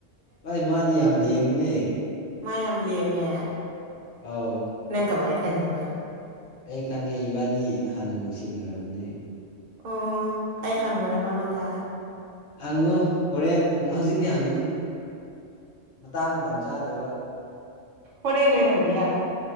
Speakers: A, on the left (about 50°); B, on the right (about 50°).
A: ꯑꯩ ꯃꯥꯗꯤ ꯌꯥꯝ ꯂꯦꯝꯕꯅꯦ
B: ꯃ ꯌꯥꯝ ꯂꯦꯝꯃꯦ
A: ꯑꯥꯎ
B: ꯅꯪ ꯀꯃꯥꯥꯏ ꯈꯪꯉꯤꯕ
A: ꯑꯩ ꯈꯪꯉꯦ ꯏꯕꯥꯅꯤ ꯍꯥꯟꯅ ꯅꯨꯡꯁꯤꯅꯔꯕꯅꯦ
B: ꯑꯣ ꯑꯩ ꯍꯪꯉꯨꯔꯥ ꯃꯉꯣꯟꯗ
A: ꯍꯪꯉꯣ ꯍꯣꯔꯦꯟ ꯍꯧꯖꯤꯛꯇꯤ ꯍꯪꯒꯅꯨ ꯃꯇꯥꯡ ꯃꯇꯝ ꯆꯥꯗꯦꯕ
B: ꯍꯣꯔꯦꯟ ꯑꯣꯏ ꯍꯪꯒꯦ ꯌꯥꯔꯦ